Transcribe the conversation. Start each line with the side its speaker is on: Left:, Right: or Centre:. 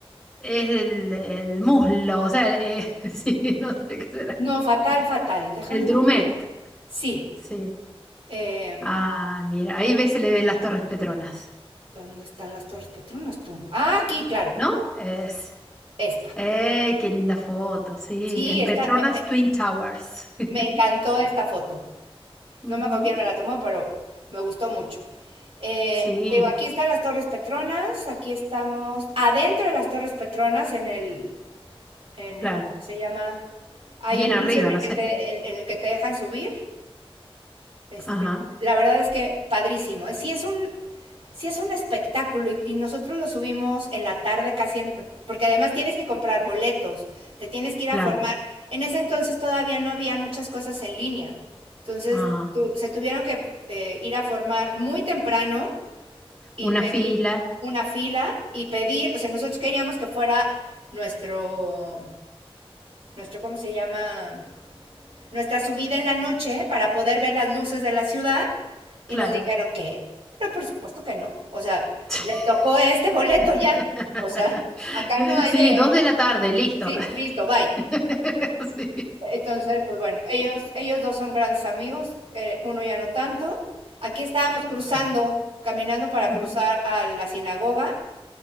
Centre: es el, el muslo, o sea, eh, <laughs> sí, no sé qué será.
Right: No, fatal, fatal. Déjame
Centre: El drumet,
Right: correr. Sí.
Centre: sí.
Right: em,
Centre: Ah, mira, ahí ves, se le ven las Torres Petronas,
Right: ¿dónde están las Torres Petronas tú? Ah, aquí, claro.
Centre: ¿no? Es.
Right: Esta.
Centre: ¡Ey, qué linda foto! Sí,
Right: Sí,
Centre: en Petronas
Right: esta, me, me-
Centre: Twin Towers. <laughs>
Right: me encantó esta foto.
Centre: Ujú,
Right: No me acuerdo quién me la tomó, pero me gustó mucho. Eh,
Centre: Sí,
Right: digo, aquí están las Torres Petronas, aquí estamos adentro de las Torres Petronas, en el, en
Centre: claro.
Right: el, ¿cómo se llama? Hay
Centre: Bien
Right: un
Centre: arriba,
Right: piso en
Centre: no
Right: el que
Centre: sé.
Right: te, en- en el que te dejan subir. Este,
Centre: Ajá,
Right: la verdad es que padrísimo. ¿eh? Sí es un, sí es un espectáculo y, y nosotros lo subimos en la tarde casi, en- porque además tienes que comprar boletos, te tienes que ir
Centre: claro.
Right: a formar. En ese entonces todavía no había muchas cosas en línea. Entonces
Centre: Ajá.
Right: tu- se tuvieron que eh, ir a formar muy temprano y
Centre: Una
Right: pedir
Centre: fila,
Right: una fila y pedir, o sea, nosotros queríamos que fuera nuestro, nuestro, ¿cómo se llama? nuestra subida en la noche para poder ver las luces de la ciudad
Centre: claro.
Right: y nos dijeron que, pero por supuesto que no, o sea,
Centre: <laughs>
Right: le tocó este boleto
Centre: <laughs>
Right: ya, o sea, acá no hay
Centre: Sí,
Right: de,
Centre: dos de la tarde, listo.
Right: sí, listo, bye.
Centre: <laughs> Sí.
Right: Entonces, pues bueno, ellos, ellos dos son grandes amigos, eh, uno ya no tanto. Aquí estábamos cruzando, caminando para
Centre: Ujú.
Right: cruzar a la sinagoga,